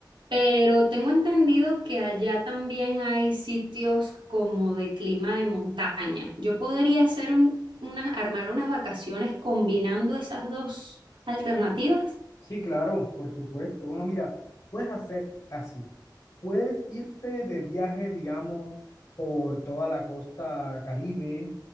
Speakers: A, on the right; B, on the left.
A: pero tengo entendido que allá también hay sitios como de clima de montaña. Yo podría hacer un- unas, armar unas vacaciones combinando esas dos alternativas.
B: Sí, Sí, claro, por supuesto. Bueno, mira, puedes hacer así. Puedes irte de viaje, digamos, por toda la costa Caribe,